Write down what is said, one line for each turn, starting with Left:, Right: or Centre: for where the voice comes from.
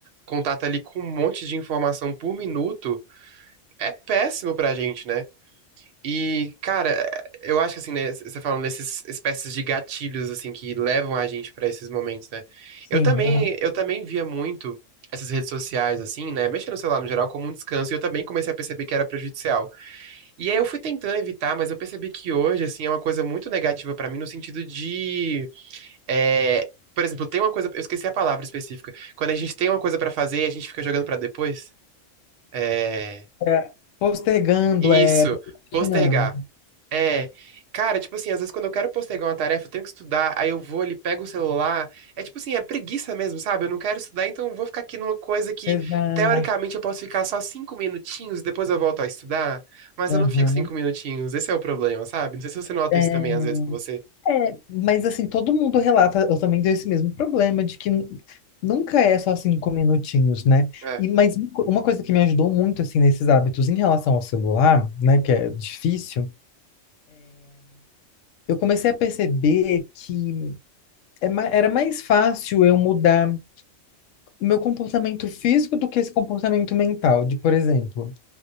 Right: contato ali com um monte de informação por minuto, é péssimo pra gente, né? E, cara, eu acho que assim, né, você falando dessas espécies de gatilhos assim que levam a gente pra esses momentos, né?
Left: Sim,
Right: Eu também,
Left: aham.
Right: eu também via muito essas redes sociais assim, né, mexendo no celular no geral como um descanso, e eu também comecei a perceber que era prejudicial. E aí eu fui tentando evitar, mas eu percebi que hoje assim é uma coisa muito negativa pra mim no sentido de é, por exemplo, tem uma coisa, eu esqueci a palavra específica. Quando a gente tem uma coisa pra fazer, a gente fica jogando pra depois. é,
Left: É, postergando,
Right: isso,
Left: é, procrastinando.
Right: postergar. É. Cara, tipo assim, às vezes quando eu quero postergar uma tarefa, eu tenho que estudar, aí eu vou ali, pego o celular. É tipo assim, é preguiça mesmo, sabe? Eu não quero estudar, então eu vou ficar aqui numa coisa que,
Left: Exato.
Right: teoricamente, eu posso ficar só cinco minutinhos, e depois eu volto a estudar. Mas
Left: Aham.
Right: eu não fico cinco minutinhos, esse é o problema, sabe? Não sei se você nota
Left: É.
Right: isso também, às vezes, com você.
Left: É, mas assim, todo mundo relata, eu também tenho esse mesmo problema de que n- nunca é só cinco minutinhos, né?
Right: É.
Left: E, mas um co- uma coisa que me ajudou muito, assim, nesses hábitos em relação ao celular, né, que é difícil, eu comecei a perceber que é ma- era mais fácil eu mudar o meu comportamento físico do que esse comportamento mental, de, por exemplo,